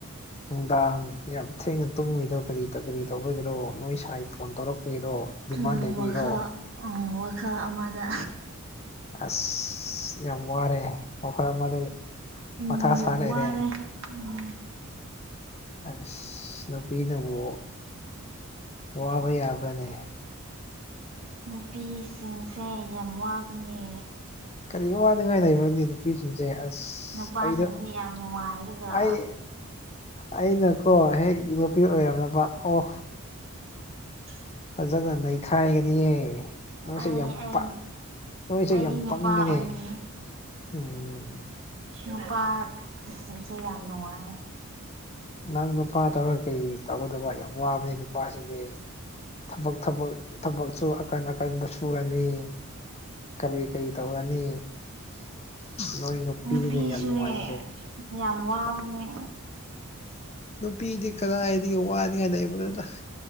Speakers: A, on the left; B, on the right.
A: ꯅꯨꯡꯗꯥꯡ ꯌꯥꯝ ꯊꯦꯡꯅ ꯇꯨꯝꯃꯨꯏꯗꯣ ꯀꯔꯤ ꯀꯔꯤ ꯇꯧꯕꯒꯤꯔꯣ ꯅꯣꯏ ꯁꯥꯏ ꯐꯣꯟ ꯇꯧꯔꯛꯄꯩꯔꯣ ꯗꯤꯃꯥꯟ
B: ꯎꯝ
A: ꯂꯩꯕꯩꯔꯣ
B: ꯋꯥꯈꯜ ꯎꯝ ꯋꯥꯈꯜ ꯑꯃꯗ
A: ꯑꯁ ꯌꯥꯝ ꯋꯥꯔꯦ ꯋꯈꯥꯜ ꯑꯃꯗꯩꯩ
B: ꯎꯝ
A: ꯃꯊꯥ ꯁꯥ
B: ꯌꯥꯝ
A: ꯂꯩꯔꯦ
B: ꯋꯥꯔꯦ ꯎꯝ
A: ꯑꯁ ꯅꯨꯄꯤꯅꯕꯨ ꯋꯥꯕ ꯌꯥꯕ꯭ꯔꯥꯅꯦ
B: ꯅꯨꯄꯤꯁꯤꯡꯁꯦ ꯌꯥꯝ ꯋꯥꯕꯅꯦ
A: ꯀꯔꯤ ꯋꯥꯗꯉꯥꯏ ꯂꯩꯕ꯭ꯔꯥꯅꯦ ꯅꯨꯄꯤ ꯅꯨꯄꯤꯁꯤꯡꯁꯦ ꯑꯁ
B: ꯅꯨꯄꯥꯁꯤꯡꯗꯤ
A: ꯑꯩꯗꯣ
B: ꯌꯥꯝ ꯅꯨꯡꯉꯥꯏꯔꯒ
A: ꯑꯩ ꯑꯩꯅꯀꯣ ꯍꯦꯛ ꯅꯨꯄꯤ ꯑꯣꯏꯔꯝꯂꯕ ꯑꯣ
B: <inaudible>
A: ꯐꯖꯅ ꯅꯩꯈꯥꯏꯒꯅꯤꯌꯦ ꯅꯣꯏꯁꯦ
B: ꯑꯩ
A: ꯌꯥꯝ
B: ꯑꯩꯟ
A: ꯄꯥꯛ ꯅꯣꯏꯁꯦ
B: ꯑꯩꯗꯤ
A: ꯌꯥꯝ
B: ꯅꯨꯄꯥ
A: ꯄꯪꯉꯤꯅꯦ
B: ꯑꯣꯏꯅꯤꯡꯉꯤ
A: ꯎꯝ
B: ꯅꯨꯄꯥ ꯏꯁꯤꯡꯁꯦ ꯌꯥꯝ ꯅꯨꯡꯉꯥꯏ
A: ꯅꯪ ꯅꯨꯄꯥ ꯇꯧꯔꯒ ꯀꯔꯤ ꯇꯧꯒꯗꯕ ꯌꯥꯝ ꯋꯥꯕꯅꯤ ꯅꯨꯄꯥꯁꯤꯡꯗꯤ ꯊꯕꯛ ꯊꯕꯛ ꯊꯕꯛꯁꯨ ꯑꯀꯟ ꯑꯀꯟꯕ ꯁꯨꯔꯅꯤ ꯀꯔꯤ ꯀꯔꯤ ꯇꯧꯔꯅꯤ ꯅꯣꯏ ꯅꯨꯄꯤꯅꯤꯅꯦ
B: ꯅꯨꯄꯤꯁꯨꯅꯦ
A: ꯌꯥꯝ ꯅꯨꯡꯉꯥꯏꯔꯤꯁꯦ
B: ꯌꯥꯝ ꯋꯥꯕꯅꯦ
A: ꯅꯨꯄꯤꯗꯤ ꯀꯗꯥꯏꯗꯩꯩ ꯋꯥꯅꯤꯡꯉꯥꯏ ꯂꯩꯕꯅꯣꯗ